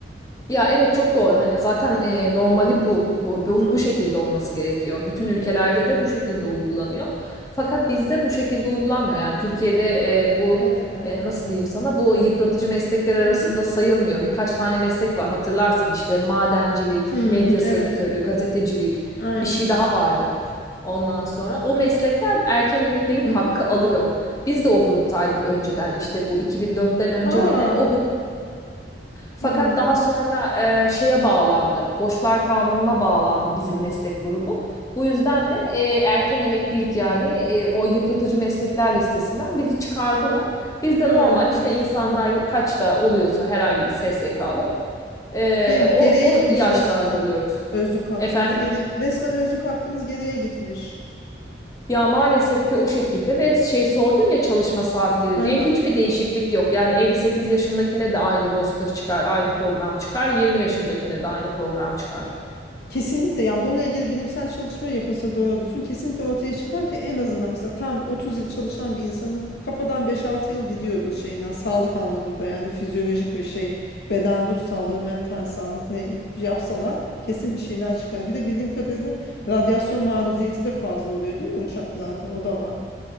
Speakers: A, on the left; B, on the left.
A: Ya evet çok doğru. Hani zaten e, normali bu. Bu, bu.
B: Hı hı.
A: bu şekilde olması gerekiyor. Bütün
B: Hı hı.
A: ülkelerde de bu şekilde uygulanıyor. Fakat bizde bu şekilde uygulanmıyor. Yani Türkiye'de e, bu
B: Hadi ya.
A: e, nasıl diyeyim sana bu yıpratıcı meslekler arasında
B: Hı hı.
A: sayılmıyor. Birkaç tane meslek var hatırlarsın işte madencilik,
B: Hı
A: medya
B: hı.
A: sektörü,
B: Evet evet.
A: gazetecilik
B: Aynen.
A: bir şey daha vardı. Ondan sonra o meslekler erken emeklilik
B: Hı
A: hakkı
B: hı.
A: alıyor. Biz de o gruptaydık önceden işte bu 2004'ten önce
B: Aa,
A: mi ne o grup fakat
B: bilmiyordum.
A: daha sonra e, şeye bağlandı. Borçlar Kanunu'na bağlandı bizim meslek grubu. Bu yüzden de e, erken emeklilik yani e, o yıpratıcı meslekler listesinden bizi çıkardılar. Biz de
B: Vay
A: normal
B: arkadaş
A: işte insanlar
B: ya.
A: kaçta oluyorsa herhangi bir SSK'lı e,
B: Ge- geriye
A: o,
B: gitmiş
A: o yaşlarda
B: resmen.
A: oluyoruz.
B: Özlük hakkınız
A: Efendim?
B: geri resmen özlük hakkınız geriye gitmiş.
A: Ya maalesef ki o şekilde ve şey sordun ya çalışma saatleri
B: Hı
A: diye
B: hı.
A: hiçbir değişiklik yok. Yani 58 yaşındakine de aynı roster çıkar, aynı program çıkar. 20 yaşındakine de aynı program çıkar.
B: Kesinlikle yani bununla ilgili bilimsel çalışma yapılsa doğru düzgün kesinlikle ortaya çıkar ki en azından mesela tam 30 yıl çalışan bir insanın kafadan beş altı yıl gidiyordu şeyinden sağlık anlamında yani fizyolojik ve şey beden ruh sağlığı mental sağlık ne yapsalar kesin bir şeyler çıkar. Bir de bildiğim kadarıyla radyasyon maruziyeti de fazla oluyor değil mi uçaklarda o da var.